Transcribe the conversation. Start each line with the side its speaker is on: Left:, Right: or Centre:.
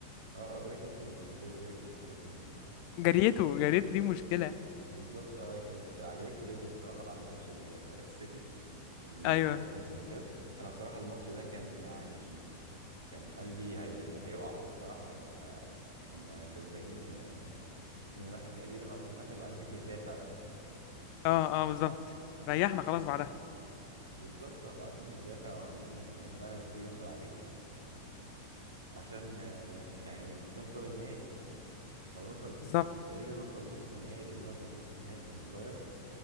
Right: اه بركز في الاستفزاز بركز في حاجات تانية كتير
Left: جريته جريته دي مشكلة
Right: بالظبط اه كانت عجبتني جدا بصراحة بعد ماتش ال- السيتي ال-
Left: أيوه
Right: الموسم اللي فات انا بصراحه الماتش ده كان يعني كان قلبي هي... هيقع بصراحه ما... كنا كسبانين آه، 2-1 تقريبا او 2-1 وقاعدين بندافع بقى
Left: أه أه بالظبط ريحنا خلاص بعدها
Right: بالظبط اه فقاعدين بندافع وقاعدين آه، بنعمل كل اللي نقدر عليه عشان آه، يعني نوصل للنهائي لو نوصل
Left: بالظبط
Right: كان تقريبا نوصل نص النهائي لان هو كان نص النهائي كان البايرن